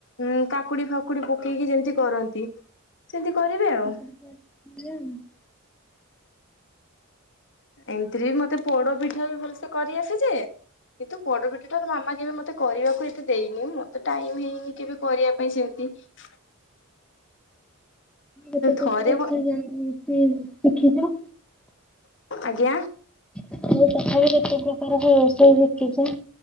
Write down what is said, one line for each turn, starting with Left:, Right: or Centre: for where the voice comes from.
Left: ଉଁ କାକୁଡି ଫାକୁଡି ପକେଇକି ଯେମିତି କରନ୍ତି ସେମିତି କରିବେ ଆଉ।
Centre: <unintelligible>
Left: ଏମିତିରେ ବି ମତେ ପୋଡ ପିଠା ବି ଭଲସେ କରି ଆସେ ଯେ କିନ୍ତୁ ପୋଡ ପୀଠ ଟା ମାମା କେବେ ମତେ କରିବାକୁ ଏତେ ଦେଇନି ମତେ ଟାଇମ ହେଇନି କେବେ କରିବା ପାଇଁ ସେମିତି। <unintelligible>
Centre: କେତେ ପ୍ରକାର
Left: ଥରେ
Centre: ସେ ଜଣି ଶିଖିଛ?
Left: ଆଜ୍ଞା?
Centre: ଆଉ ତଥାପି କେତେ ପ୍ରକାର ହ ରୋଷେଇ ସି?